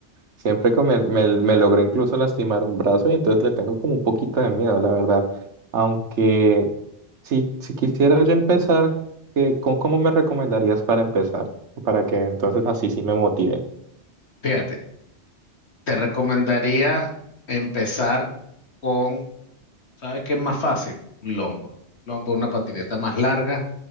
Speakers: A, on the right (about 80°); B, on the left (about 70°).
A: siempre que me, me, me logré incluso lastimar un brazo y entonces le tengo como un poquito de miedo, la verdad. Aunque Si, si quisiera yo empezar, eh, ¿con cómo me recomendarías para empezar? Para que entonces así sí me motive.
B: Fíjate, te recomendaría empezar con, ¿sabes qué es más fácil? Un lombo. Lombo, una patineta más larga,